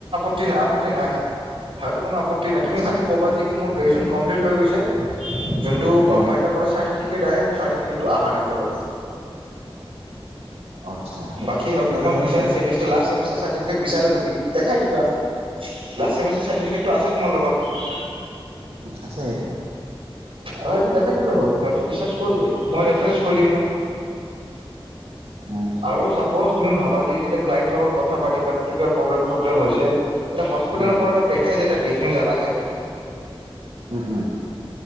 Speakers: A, on the right; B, on the right.
A: আত্তি নাই আপত্তি ন সিহটোন আপত্তি নাই তুমি
B: আচ্ছা
A: খালি ক'বা যে কি মোৰ গ্ৰেজন কমপ্লট হৈ গৈছে যোনটো গটৰ
B: অঁ
A: চফ নল
B: আচ্ছা সেইটো
A: বাকী সিহঁতো
B: তেতিয়াহ'লে
A: তম চফ
B: কথা নাই
A: বিচাৰে যদি দেখাই দিবা লাষ্টাৰ চাৰ্টিফিকেট আছে তোমাৰ লগত
B: আছে সটো
A: অ এইটো দেখাই দিলো হ'ল সিহঁততে বিশ্বাস কৰ মই ৰেফাৰেঞ্চ কৰি দিম ন
B: উম,
A: আৰু চাপোজ তুমি ভাবা যে যেতিয়া ক্লায়ণ্টৰ লগত কথা পাতি বাা সেইটো কিব প্ৰব্লেম চব্লেম হৈছে এটা হস্পিটেলৰ
B: উম,
A: পৰা এটা পেকেজ এটা দিয়ে তুমি জানা চাগে
B: উম উম